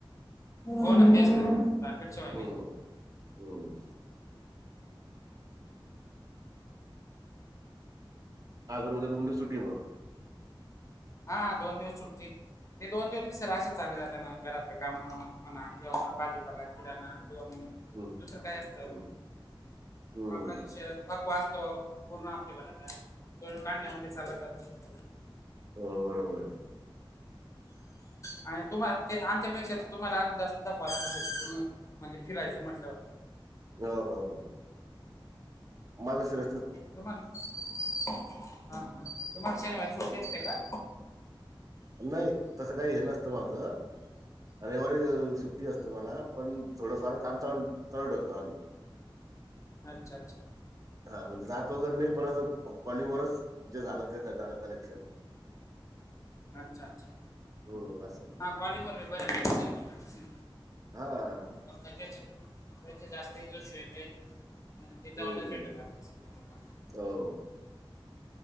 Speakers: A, on the left; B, on the right.
A: हो ना तेच ना,
B: हम्म
A: टार्गेट शिवाय
B: हम्म
A: नाही.
B: हम्म आज आणि उद्या दोन दिवस सुट्टीय मग.
A: हां दोन दिवस सुट्टी. हे दोन दोन दिवस बि सर असे चालले जाते ना, घरातलं कामं म्हणा किंवा भाजीपाला किराणा किंवा म
B: हम्म.
A: दुसरं काय असतं,
B: हम्म हम्म
A: आपण जे थकवा असतो, पूर्ण हफ्ते भराचा. भरून काढण्या मध्ये चालला जातो.
B: हो बरोबर.
A: आणि तुम्हाला ते, आमच्यापेक्षा आजून जास्त थकवा रात असेल पूर्ण, म्हणजे फिरायचं म्हटल्यावर.
B: ह हो हो, मला सगळं
A: तुम्हाला, हा हा, तुम्हाला शनिवारी सुट्टी असते का?
B: नाही, तसं काही हे नसतं माझं रविवारी सुट्टी असते मला, पण थोडंफार काम चाल चालू ठेवतो आम्ही. <inaudible>
A: अच्छा अच्छा.
B: हा, म्हणजे जात वगैरे नाही पण, असं कॉलिंग वरच जे झालं ते झालं कलेक्शन.
A: अच्छा अच्छा,
B: हं, असं.
A: हा कॉलींग वर बी बर्‍या पैकी संपर्क आसल
B: हां.
A: मग काय त्याचे, जास्त इनवेस्टमेंट आहे ते
B: हं.
A: जाऊनच भेटरणार तसं पण.
B: हो.